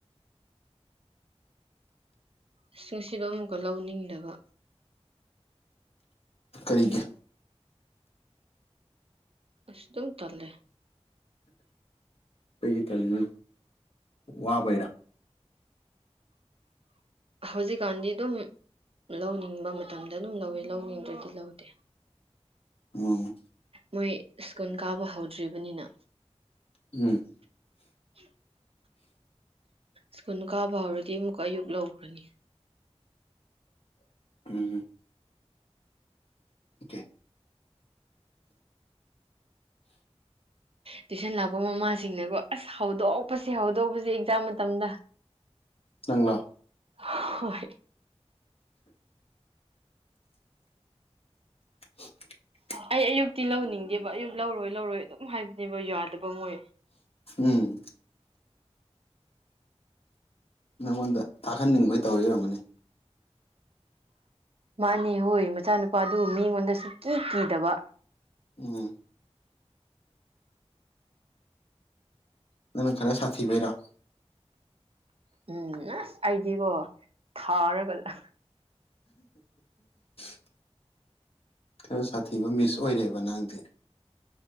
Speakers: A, on the right; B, on the left.
A: ꯑꯁꯁꯤꯡꯁꯤꯗꯣ ꯑꯃꯨꯛꯀ ꯂꯧꯅꯤꯡꯗꯕ
B: ꯀꯔꯤꯒꯦ
A: ꯑꯁꯇꯨꯝ ꯇꯂꯦ
B: ꯀꯩꯒꯤ ꯇꯜꯂꯤꯅꯣ ꯋꯥꯕꯩꯔꯥ
A: ꯍꯧꯖꯤꯛꯀꯥꯟꯗꯤ ꯑꯗꯨꯝ ꯂꯧꯅꯤꯡꯕ ꯃꯇꯝꯗ ꯑꯗꯨꯝ ꯂꯧꯋꯦ ꯂꯧꯅꯤꯡꯗ꯭ꯔꯗꯤ ꯂꯧꯗꯦ
B: ꯎꯝ
A: ꯃꯣꯏ ꯁ꯭ꯀꯨꯜ ꯀꯥꯕ ꯍꯧꯗ꯭ꯔꯤꯕꯅꯤꯅ
B: ꯎꯝ
A: <inaudible> ꯁ꯭ꯀꯨꯜ ꯀꯥꯕ ꯍꯧꯔꯗꯤ ꯑꯃꯨꯛ ꯑꯌꯨꯛ ꯂꯧꯈ꯭ꯔꯅꯤ
B: ꯎꯝ ꯑꯣꯀꯦ
A: ꯇꯨꯏꯁꯟ ꯂꯥꯛꯄ ꯃꯃꯥꯁꯤꯡꯅꯒꯣ ꯑꯁ ꯍꯧꯗꯣꯛꯄꯁꯦ ꯍꯧꯗꯣꯛꯄꯁꯦ ꯑꯦꯛꯖꯥꯝ ꯃꯇꯝꯗ
B: ꯏꯪꯂꯥ
A: ꯍꯣꯏ
B: <inaudible>
A: ꯑꯩ ꯑꯌꯨꯛꯇꯤ ꯂꯧꯅꯤꯡꯗꯦꯕ ꯑꯌꯨꯛ ꯂꯧꯔꯣꯏ ꯂꯧꯔꯣꯏ ꯑꯗꯨꯝ ꯍꯥꯏꯕꯅꯦꯕ ꯌꯥꯗꯕ ꯃꯣꯏꯦ
B: ꯎꯝ ꯅꯪꯉꯣꯟꯗ ꯊꯥꯛꯍꯟꯅꯤꯡꯕꯩ ꯇꯧꯔꯤꯔꯝꯒꯅꯤ
A: ꯃꯥꯅꯦ ꯍꯣꯏ ꯃꯆꯥꯅꯨꯄꯥꯗꯨ ꯃꯤꯉꯣꯟꯗ ꯁꯨ ꯀꯤ ꯀꯤꯗꯕ
B: ꯎꯝ ꯅꯪ ꯈꯔ ꯁꯥꯊꯤꯕꯩꯔ
A: ꯎꯝ ꯑꯁ ꯑꯩꯗꯤꯀꯣ ꯊꯥꯔꯒ ꯂ
B: <inaudible> ꯈꯔ ꯁꯥꯊꯤꯕ ꯃꯤꯁ ꯑꯣꯏꯔꯦꯕ ꯅꯪꯗꯤ